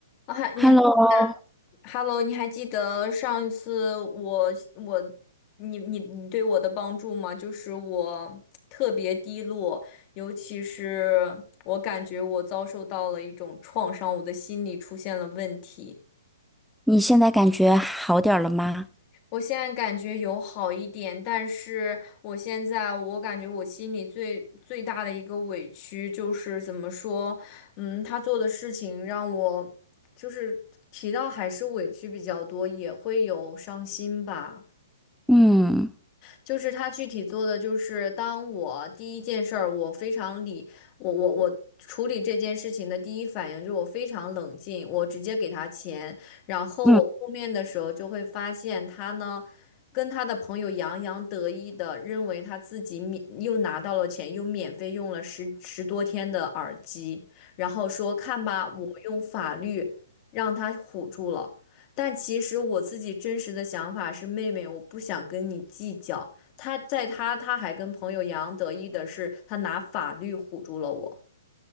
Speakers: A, on the left; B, in the centre.
A: 啊，还你还
B: Hello，
A: ，Hello，你还记得上一次我我你你你对我的帮助吗？就是我特别低落，尤其是我感觉我遭受到了一种创伤，我的心理出现了问题。
B: 你现在感觉好点儿了吗？
A: 我现在感觉有好一点，但是我现在我感觉我心里最最大的一个委屈就是怎么说，嗯，他做的事情让我就是提到还是委屈比较多，也会有伤心吧。
B: 嗯
A: 就是他具体做的就是，当我第一件事儿，我非常理，我我我处理这件事情的第一反应就是我非常冷静，我直接给他钱，然后我后面的时候就会发现他呢，
B: 嗯，
A: 跟他的朋友洋洋得意的认为他自己免又拿到了钱，又免费用了十十多天的耳机，然后说看吧，我用法律让他唬住了。但其实我自己真实的想法是，妹妹，我不想跟你计较，他在他他还跟朋友洋洋得意的是，他拿法律唬住了我，